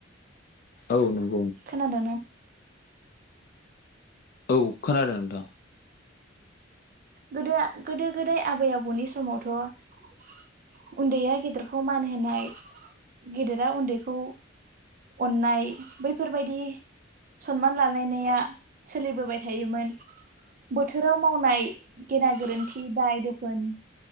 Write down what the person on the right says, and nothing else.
खोनादों ना?
गोदो गोदो गोदाय आबै आबौनि समावथ' उन्दैया गेदेरखौ मान होनाय, गेदेरा उन्दैखौ अननाय बैफोरबायदि सनमान लालायनाया सोलिबोबाय थायोमोन। बोथोराव मावनाय गेना गोरोन्थि दाय-दोफोन